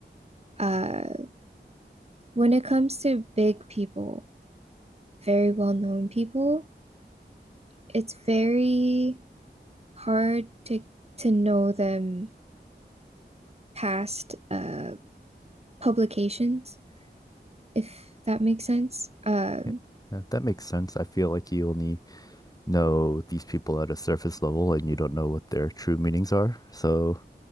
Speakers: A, on the right (about 35°); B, on the left (about 20°).
A: uh, when it comes to big people, very well known people, it's very hard to to know them past uh publications, if that makes sense. Um,
B: Yeah, yeah, that makes sense. I feel like you only know these people at a surface level and you don't know what their true meanings are. So